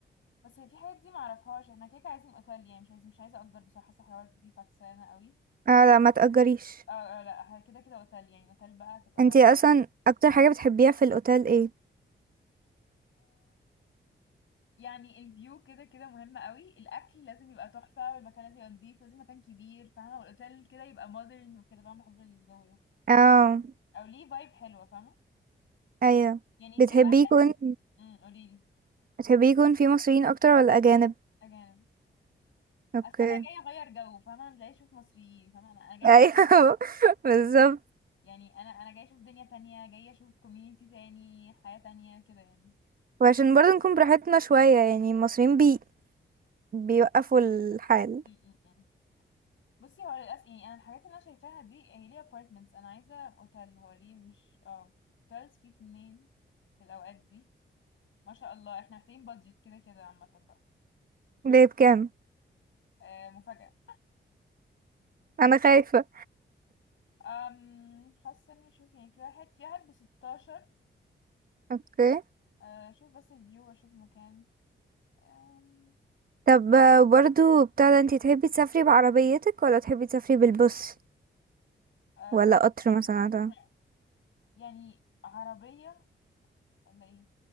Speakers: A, on the left; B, on the right.
A: بس هي في حاجات دي معرفهاش احنا كده كده عايزين اوتيل يعني مش عايز مش عايزه اجر بصراحه حاسه الحوارات دي فكسانه قوي
B: اه لا ما تأجريش
A: اه آه، لا كده كده اوتيل يعني اوتيل بقى تبقى
B: انتي اصلا اكتر حاجة بتحبيها في الاوتيل ايه
A: يعني الفيو كده كده مهم قوي الاكل لازم يبقى تحفه والمكان لازم يبقى نظيف لازم مكان كبير فاهمه والاوتيل كده يبقى مودرن وكده فاهمه بحب الجو ده
B: اه
A: او ليه فايب حلوه فاهمه
B: ايوه
A: يعني
B: بتحبي
A: في واحد
B: يكون
A: امم قولي لي
B: بتحبي يكون في مصريين اكتر ولا اجانب
A: اجانب
B: اوكي
A: اصل انا جايه اغير جو فاهمه مش جايه اشوف مصريين فاهمه انا أنا جايه
B: ايوه
A: اغير
B: <laughs> بالظبط
A: يعني انا انا جايه اشوف دنيا تانية جايه اشوف كوميونيتي تاني حياه تانية كده يعني
B: وعشان برضه نكون براحتنا شوية يعني المصريين بي... بيوقفوا الحال
A: أمم، أمم. بصي هو للاسف يعني انا الحاجات اللي انا شايفاها دي هي ليه ابارتمنتس انا عايزه اوتيل هو ليه مش اه اوتيلز فيه اتنين في الاوقات دي ما شاء الله احنا محتاجين بادجت كده كده عامة بقى
B: ليه بكام
A: آه مفاجأة
B: انا خايفة
A: أم حاسة اني شوف يعني في واحد في واحد بستاشر
B: اوكي
A: آه شوف بس الفيو واشوف المكان أم
B: طب آه، برضو بتاع ده انتي تحبي تسافري بعربيتك ولا تحبي تسافري بالبص
A: آه
B: ولا
A: لا
B: قطر
A: ممكن
B: مثلا
A: نسافر
B: ده
A: يعني عربية ولا ايه